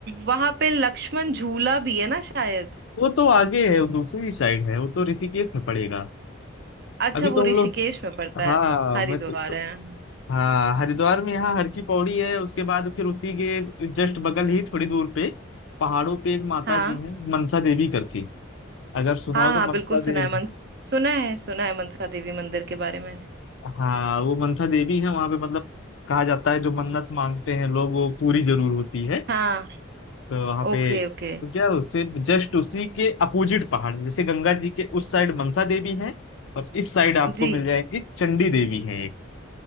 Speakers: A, on the right; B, on the left.
A: वहां पे लक्ष्मण झूला भी है ना शायद
B: वो तो आगे है वो दूसरी साइड है वो तो ऋषिकेश में पड़ेगा
A: अच्छा
B: अभी
A: वो
B: तो
A: ऋषिकेश
B: हम लोग
A: में पड़ता
B: हाँ
A: है हरिद्वार
B: मैं तो, तो-
A: है हम्म।
B: हाँ हरिद्वार में यहाँ हर की पौड़ी है उसके बाद फिर उसी के जस्ट बगल ही थोड़ी दूर पे पहाड़ों पे एक माता
A: हाँ
B: जी हैं मनसा देवी करके अगर सुना
A: हाँ
B: हो तो
A: हाँ बिल्कुल
B: मनसा
A: सुना
B: देवी
A: है मन सुना है सुना है मनसा देवी मंदिर के बारे में
B: हाँ वो मनसा देवी है वहाँ पे मतलब कहा जाता है जो मन्नत मांगते हैं लोग वो पूरी जरूर होती है
A: हाँ
B: तो वहाँ पे
A: Okay okay
B: तो क्या उससे जस्ट उसी के अपोजिट पहाड़ जैसे गंगा जी के उस साइड मनसा देवी है और इस साइड आपको
A: जी
B: मिल जाएंगी चंडी देवी है एक